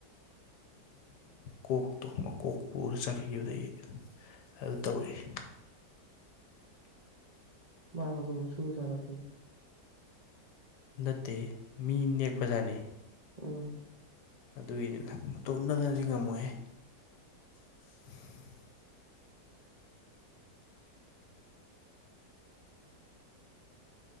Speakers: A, on the left (about 70°); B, on the right (about 40°).
A: ꯀꯣꯛꯇꯣ ꯃꯀꯣꯛ ꯄꯨꯔ ꯆꯠꯈꯤꯕꯗꯒꯤ ꯑꯗꯨ ꯇꯧꯔꯛꯏ
B: ꯃꯥꯃ ꯇꯧ ꯁꯨꯔ ꯆꯂꯦ
A: ꯅꯠꯇꯦ ꯃꯤ ꯅꯦꯛꯄꯖꯥꯠꯅꯤ
B: ꯎꯝ
A: ꯑꯗꯨꯒꯤꯅꯤꯅ ꯃꯇꯣꯝꯅꯅꯗꯤ ꯉꯝꯃꯣꯏꯍ <inaudible>